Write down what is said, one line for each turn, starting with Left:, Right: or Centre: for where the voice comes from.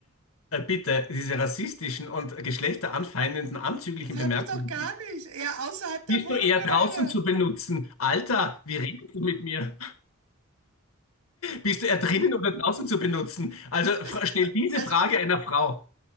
Left: Äh, bitte, diese rassistischen und geschlechteranfeindenden, anzüglichen
Right: Das habe
Left: Bemerkungen,
Right: ich doch gar nicht. Eher außerhalb der
Left: bist
Right: Wohnung
Left: du eher
Right: oder
Left: draußen
Right: innerhalb.
Left: zu benutzen? Alter, wie redest du mit mir? Bist du eher drinnen oder draußen zu benutzen? Also
Right: Das,
Left: fra- stell diese
Right: also,
Left: Frage einer Frau.